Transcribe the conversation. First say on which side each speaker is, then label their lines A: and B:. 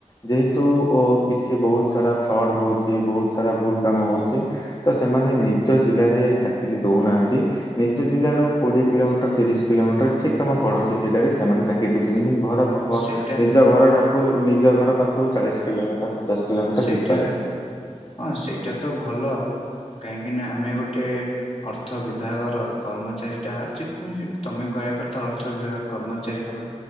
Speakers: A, on the left; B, on the left.
A: ଯେହେତୁ ଓ କିଛି ବହୁତ ସାରା ଫ୍ରଡ ହଉଛି ବହୁତ ସାରା ଭୁଲ କାମ ହଉଛି ତ ସେମାନେ ନିଜ ଜିଲ୍ଲାରେ ଚାକିରୀ ଦଉନାହାନ୍ତି। ନିଜ ଜିଲ୍ଲାରୁ କୋଡିଏ କିଲୋମିଟର ତିରିଶ କିଲୋମିଟର ଠିକ ତମ ପଡୋଶୀ ଜିଲ୍ଲାରେ ସେମାନେ ଚାକି ଦଉଛନ୍ତି। ଏମିତି ଭ
B: ସେଇଟା
A: ନିଜ ଘର ଠାକୁ ନିଜ ଘର ପାଖରୁ ଚାଳିଶ କିଲୋମିଟର ପଚାଶ କିଲୋମିଟର
B: ସେଇଟା
A: ଭିତରେ
B: ହଁ ସେଇଟା ତ ଭଲ କାହିଁକି ନା ଆମେ ଗୋଟେ ଅର୍ଥ ବିଭାଗର କର୍ମଚାରୀ ଟା ଯେକୌଣସି ତମେ କହିବା କଥା ଅର୍ଥ ବିଭାଗ କର୍ମଚାରୀ ହବା।